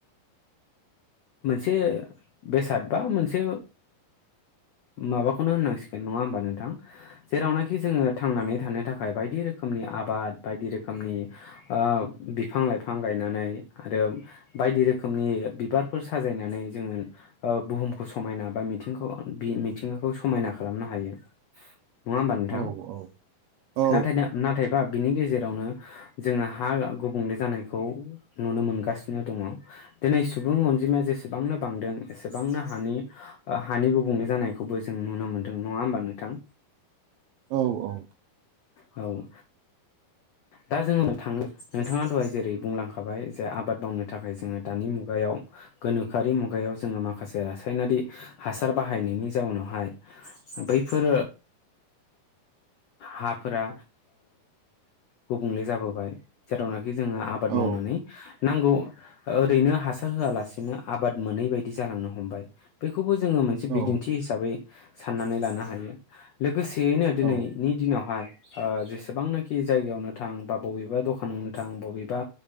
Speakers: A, on the left; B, on the right.
A: मोनसे बेसाद बा मोनसे माबाखौनो होननांसिगोन नङा होमबा नोंथां? जेरावनाखि जोङो थांनानै थानो थाखाय बायदि रोखोमनि आबाद बायदि रोखोमनि ओ बिफां लाइफां गायनानै आरो बायदि रोखोमनि बिबारफोर साजायनानै जोङो ओ बुहुमखौ समायना बा मिथिंखौ मिथिंगाखौ समायना खालामनो हायो । नङा होमबा नोंथां
B: औ औ औ
A: नाथाय नाथायबा बिनि गेजेरावनो जोङो हा गुबुंले जानायखौ नुनो मोनगासिनो दङ दिनै सुबुं अनजिमाया जेसेबांनो बांदों एसेबांनो ओ हानि हानि गुबुंले जानायखौबो जों नुनो मोनदों नङा होमबा नोंथां?
B: औ औ औ
A: औ दा जोङो थाङो नोंथाङा दहाय जेरै बुंलांखाबाय जे आबाद मावनो थाखाय जोङो दानि मुगायाव गोनोखोआरि मुगायाव जोङो माखासे रासायनारि हासार बाहायनायनि जाउनावहाय बैफोर हाफोरा ओ गुबुंले जाबोबाय जेरावनाखि जोङो आबाद
B: औ
A: मावनानै नांगौ ओ ओरैनो हासार होआलासिनो आबाद मोनै बायदि जालांनो हमबाय बेखौ बे खौबो जोङो मोनसे
B: औ
A: बिदिन्थि हिसाबै साननानै लानो हायो लोगोसे यैनो दिनैनि
B: औ
A: दिनावहाय ओ जेसेबांनाखि जायगायावनो नो थां बा बबेबा दखानावनो थां बबेबा